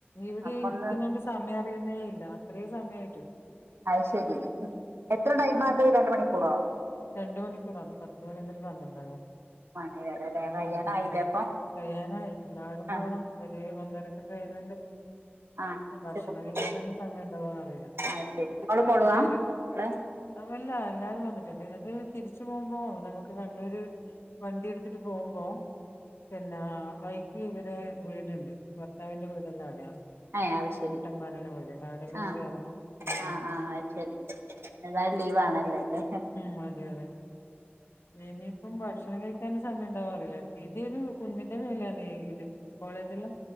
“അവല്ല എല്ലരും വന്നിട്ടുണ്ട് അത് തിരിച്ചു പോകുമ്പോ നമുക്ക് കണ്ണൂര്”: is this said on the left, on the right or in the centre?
Left